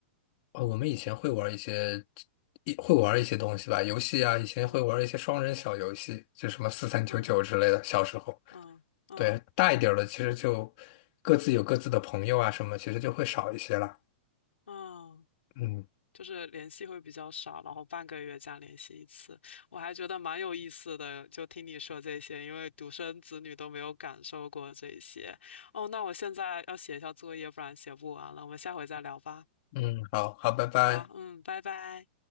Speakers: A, on the left; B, on the left.
A: 哦，我们以前会玩一些，一会玩一些东西吧，游戏啊，以前会玩一些双人小游戏，
B: 嗯
A: 就什么四三九九之类的。
B: 嗯
A: 小时候，
B: 嗯嗯
A: 对，大一点儿了，其实就各自有各自的朋友啊，什么，其实就会少一些了。
B: 嗯，
A: 嗯
B: 就是联系会比较少，然后半个月这样联系一次，我还觉得蛮有意思的。就听你说这些，因为独生子女都没有感受过这些。哦，那我现在要写一下作业，不然写不完了。我们下回再聊吧。
A: 嗯，好好，拜拜。
B: 好，嗯，拜拜。